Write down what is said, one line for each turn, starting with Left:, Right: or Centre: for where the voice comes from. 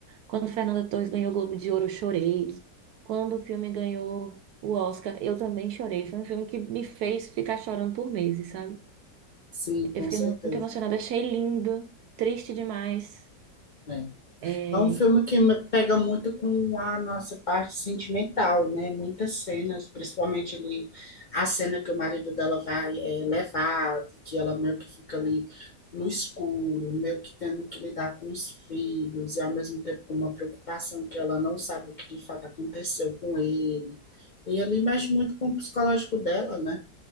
Right: Quando Fernanda Torres ganhou o Globo de Ouro, eu chorei. Quando o filme ganhou o Oscar, eu também chorei. Foi um filme que me fez ficar chorando por meses, sabe?
Left: Sim, com
Right: Eu fiquei
Left: certeza.
Right: muito emocionada, achei lindo, triste demais.
Left: É.
Right: É,
Left: É um filme que me pega muito com a nossa parte sentimental, né? Muitas cenas, principalmente ali a cena que o marido dela vai eh, levar, que ela meio que fica ali no escuro, meio que tendo que lidar com os filhos, e ao mesmo tempo com uma preocupação que ela não sabe o que de fato aconteceu com ele. E ali mexe muito com o psicológico dela, né?